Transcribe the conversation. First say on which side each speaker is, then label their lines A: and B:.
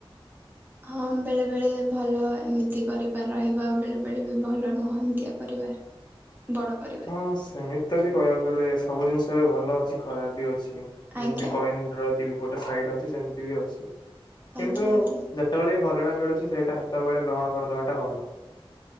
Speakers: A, on the right (about 20°); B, on the left (about 50°).
A: ହଁ ବେଳେବେଳେ ଭଲ ଏମିତି ପରିବାର ରହିବା ବେଳେବେଳେ ବି ଭଲ ନୁହଁ ଏମିତିଆ ପରିବାର।
B: <inaudible>
A: ବଡ ପରିବାର
B: ହଁ ସେମିତି ବି କହିବାକୁ ଗଲେ ସବୁ ଜିନିଷରେ ଭଲ ଅଛି ଖରାପ ବି ଅଛି। ହଁ
A: ଆଜ୍ଞା
B: ଯେମିତି କଏନ ର ଦି ପଟ ସାଇଡ୍ ଅଛି ସେମିତି ବି ଅଛି।
A: ଆଜ୍ଞା
B: କିନ୍ତୁ
A: ଆଜ୍ଞା
B: ଯେତେବେଳେ ଭଲ ଟା ମିଳୁଛି ସେଇଟା ସେତେବେଳେ ଗ୍ରହଣ କରିଦବାଟା ଭଲ।